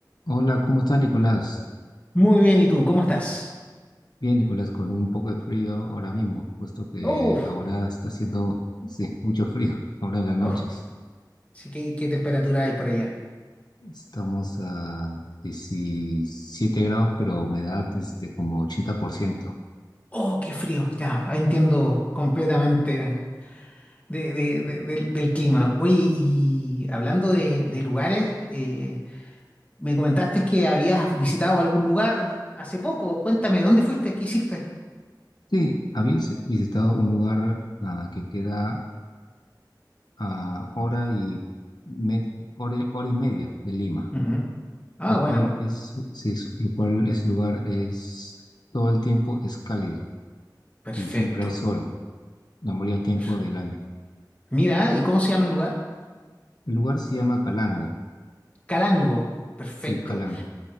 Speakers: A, on the left (about 65°); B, on the left (about 20°).
A: Hola, ¿cómo estás, Nicolás?
B: Muy bien, ¿y tú? ¿Cómo estás?
A: Bien, Nicolás, con un poco de frío ahora mismo, puesto que
B: Uf,
A: ahora está haciendo, sí, mucho frío, ahora en las noches.
B: uf, sí, ¿qué, qué temperatura hay por allá?
A: Estamos a 17 grados, pero humedad este, como 80%.
B: Oh, qué frío, ya, entiendo completamente de- de- de- del, del clima. Oye, y hablando de, de lugares, eh, me comentaste que habías visitado algún lugar hace poco. Cuéntame, ¿dónde fuiste? ¿Qué hiciste?
A: Sí, habéis visitado un lugar ah, que queda a hora y me- hora, hora y media de Lima,
B: Ujú. Ah,
A: lo
B: bueno,
A: cual es, sí, es- lo cual es lugar es todo el tiempo es cálido
B: perfecto,
A: y siempre hay sol, la mayoría del tiempo
B: perfecto.
A: del año.
B: Mira, ¿y cómo se llama el lugar?
A: El lugar se llama Calango,
B: Calango, perfecto.
A: sí, Calango.